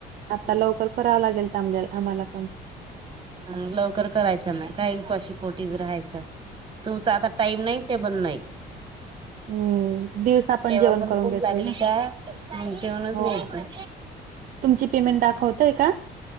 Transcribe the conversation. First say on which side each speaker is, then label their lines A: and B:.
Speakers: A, on the right; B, on the right.
A: आता लवकर करावं लागेल <unintelligible> आम्हाला पण.
B: ह लवकर करायचं ना काही उपाशी पोटीज राहायचं. तुमचा आता टाईम नाही टेबल नाही.
A: हम्म दिवसा
B: तेव्हा
A: जेवण
B: पण
A: करून
B: भूक
A: घेतोय
B: लागली
A: ना
B: का मग जेवनच
A: हो
B: घ्यायचं.
A: तुमची पेमेंट दाखवतय का?